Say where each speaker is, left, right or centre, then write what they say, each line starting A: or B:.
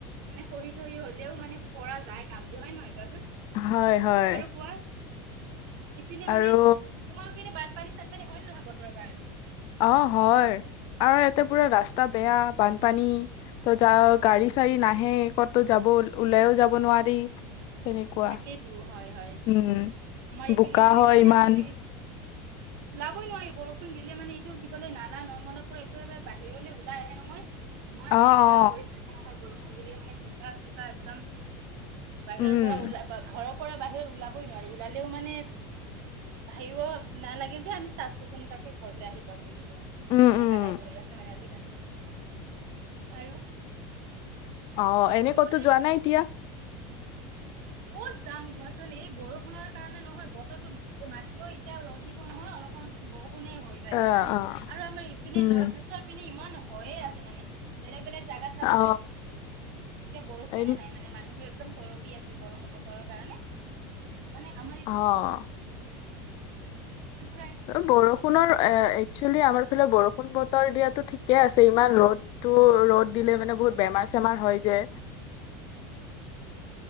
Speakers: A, on the right; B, on the left.
A: মানে হহি চহি হ'লেও মানে কৰা যায় কামটো হয় নহয় কোৱাচোন।
B: হয়, হয়।
A: আৰু কোৱা ইপিনে মানে
B: আৰু
A: তোমাৰ ইপিনে ব পানী চানপানী হয় নে নহয় বতৰৰ কাৰণে
B: অ', হয় আৰু ইয়াতে পুৰা ৰাস্তা বেয়া বানপানী ত য গাড়ী চাড়ী নাহে ক'তো যাব ওলাইও যাব নোৱাৰি। তেনেকুৱা
A: তাকেইতো হয় হয়।
B: উম,
A: আমাৰ ইপিনেও
B: বোকা
A: এনেকা
B: হয়
A: মানে
B: ইমান।
A: আমাৰতো ইচ- ওলাবই নোৱাৰি বৰষুণ দিলে মানে এইটো কিবলে নালা নৰ্মদাবোৰ একেবাৰে বাহিৰলৈ ওলাই আহে নহয়। ইমান
B: অ
A: লেতেৰা
B: অ
A: হৈ থাকে নহয় বৰষুণ খুন্দিলে মানে বুটা কা একদম বাহিৰৰ
B: উম
A: পৰা ওলাই বা ঘৰৰ পৰা বাহিৰে ওলাবই নোৱাৰি ওলালেও মানে ভাবিব নালাগে যে আমি চাফ চিকুণতাকে ঘৰলৈ আহি পাম বুলি। এনেকা
B: উম উম
A: টাইপ হৈ আছে মানে আজি আৰু
B: অ' এনে
A: কি
B: ক'তো
A: বোলে
B: যোৱা নাই এতিয়া
A: ক'ত যাম কোৱাচোন এই বৰষুণৰ কাৰণে নহয়, বতৰতো মাত্ৰ এতিয়া ৰ'দ দিব নহয় অলপ সময় পিছত বৰষুণ কোনে হৈ যায়
B: অ
A: জানানে
B: অ
A: আৰু আমাৰ ইপিনে
B: উম
A: নৰ্থ ইষ্টৰ পিনে ইমান হয়য়ে আছে মানে বেলেগ বেলেগ জাগাত চাবাচোন
B: অ
A: এতিয়া বৰষুণে
B: এ
A: নাই মানে মানুহে একদম কৰক কি আছে বৰষুণ বৰৰ কাৰণে মানে আমাৰ
B: অ'
A: ইপিনে পুৰা
B: অ' বৰষু পুনৰ একচুৱেলি আাৰ ফাল বৰষ বৰষুণ বতৰ দিয়াতো ঠিক ঠিকে আছে ইমান ৰ'দতটো ৰ'দ দিলে মানে বহুত বেমাৰ চেমাৰ হয়, যে